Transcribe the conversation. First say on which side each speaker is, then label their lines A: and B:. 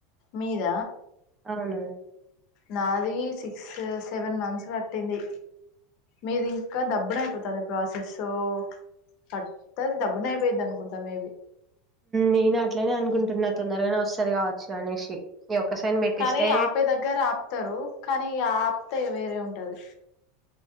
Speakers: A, on the left; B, on the right.
A: మీద
B: అవును
A: నాది సిక్సస్ సెవెన్ మంత్స్ కట్టింది మీది ఇంకా దబ్బుడ అయిపోతాది ప్రాసెస్ సో పట్టది దబ్బునయిపోయిది అనుకుంటా మేబీ
B: నేను అట్లనే అనుకుంటున్నా తొందరగానే వస్తది కావచ్చు అనేసి ఈ ఒక్క సైన్ పెట్టిస్తే
A: కానీ ఆపే దగ్గర ఆపుతారు. కానీ ఆప్తే వేరే ఉం టది.